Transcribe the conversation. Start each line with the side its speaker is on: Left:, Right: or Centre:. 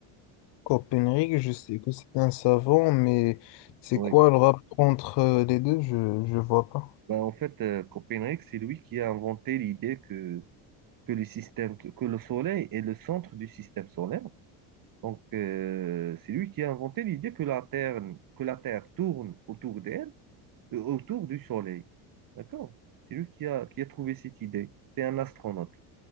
Left: Copernic, je sais que c'est un savant, mais c'est
Right: Oui.
Left: quoi le rapport entre euh, les deux? Je ne vois pas.
Right: Ben, en fait, euh, Copernic, c'est lui qui a inventé l'idée que, que, les systèmes, que le Soleil est le centre du système solaire. Donc, euh, c'est lui qui a inventé l'idée que la Terre, que la Terre tourne autour d'elle, euh, autour du Soleil. D'accord? C'est lui qui a, qui a trouvé cette idée. C'est un astronaute.